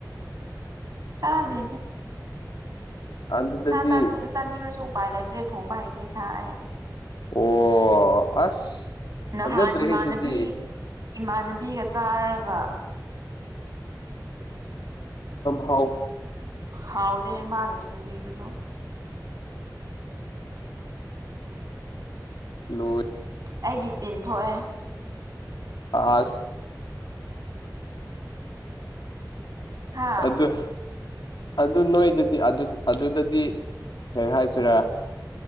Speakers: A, on the right; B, on the left.
A: ꯆꯥꯅꯦ
B: ꯑꯗꯨꯗꯗꯤ
A: ꯆꯥ ꯆ ꯆꯥꯟꯁꯨ ꯎꯄꯥꯏ ꯂꯩꯇ꯭ꯔꯦ ꯊꯣꯡꯕ ꯍꯥꯏꯇꯦ ꯁꯑ
B: ꯑꯣ ꯑꯁ
A: ꯅꯍꯥꯟ
B: ꯐꯖꯗ꯭ꯔꯦꯍꯦ
A: ꯏꯃꯥꯟꯅꯕꯤ
B: ꯑꯗꯨꯗꯤ
A: ꯏꯃꯥꯟꯅꯕꯤꯒ ꯇꯥꯔꯒ
B: ꯐꯥꯎ
A: ꯍꯥꯎ ꯑꯣꯗ ꯃꯃꯥꯅ ꯊꯣꯡꯕ ꯍꯧꯖꯣ
B: ꯂꯣꯏ
A: ꯑꯩꯒꯤ ꯇꯤꯟ ꯊꯣꯛꯑꯦ
B: ꯑꯁ
A: ꯍꯥ
B: ꯑꯗꯨꯗ ꯑꯗꯨ ꯅꯣꯏꯗꯗꯤ ꯑꯗꯨꯗꯗꯤ ꯀꯩ ꯍꯥꯏꯁꯤꯔꯦ